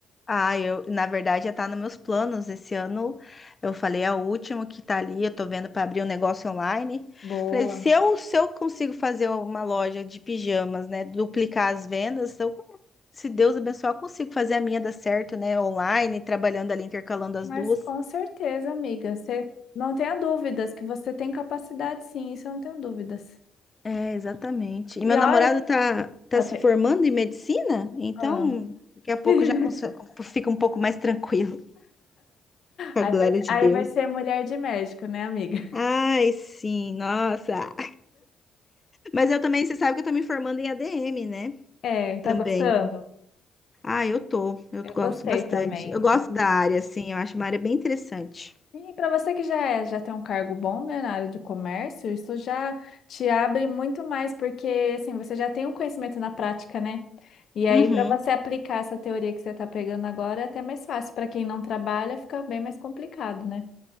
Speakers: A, on the left (about 30°); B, on the left (about 60°).
A: ai, eu, na verdade já tá nos meus planos. Esse ano eu falei, é o último que tá ali, eu tô vendo para abrir um negócio online.
B: Boa.
A: Falei, se eu, se eu consigo fazer uma loja de pijamas, né, duplicar as vendas, eu, se Deus abençoar, eu consigo fazer a minha dar certo, né, online, trabalhando ali, intercalando as
B: Mas
A: duas.
B: com certeza, amiga, você não tenha dúvidas que você tem capacidade, sim, isso eu não tenho dúvidas.
A: É, exatamente. E
B: E
A: meu
B: olha,
A: namorado tá, tá
B: tá...
A: se
B: pe-
A: formando em medicina, então
B: Ah.
A: daqui a pouco
B: <laughs>
A: já cons- fica um pouco mais tranquilo. Com
B: Aí
A: a glória
B: vai,
A: de
B: aí
A: Deus.
B: vai ser mulher de médico, né, amiga?
A: Ai, sim, nossa. Mas eu também, você sabe que eu tô me formando em ADM, né?
B: É, tá
A: Também.
B: gostando?
A: Ah, eu tô. Eu
B: Eu
A: gosto
B: gostei
A: bastante.
B: também.
A: Eu gosto
B: assim.
A: da área, assim, eu acho uma área bem interessante.
B: E para você que já é- já tem um cargo bom, né, na área de comércio, isso já te abre muito mais, porque assim, você já tem um conhecimento na prática, né? E aí,
A: Uhum.
B: para você aplicar essa teoria que você está pegando agora, é até mais fácil. Para quem não trabalha, fica bem mais complicado, né?